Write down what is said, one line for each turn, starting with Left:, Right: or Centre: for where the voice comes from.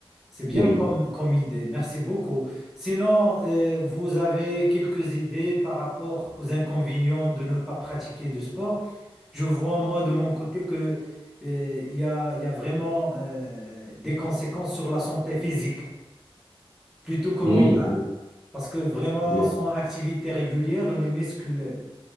Centre: C'est bien
Left: Oui,
Centre: comme, comme idée. Merci beaucoup. Sinon, euh, vous avez quelques idées par rapport aux inconvénients de ne pas pratiquer du sport? Je vois, moi, de mon côté, que, euh, il y a, il y a vraiment euh, des conséquences sur la santé physique plutôt que
Left: oui,
Centre: mentale.
Left: bon,
Centre: Parce que vraiment,
Left: bien.
Centre: sans activité régulière, les muscles,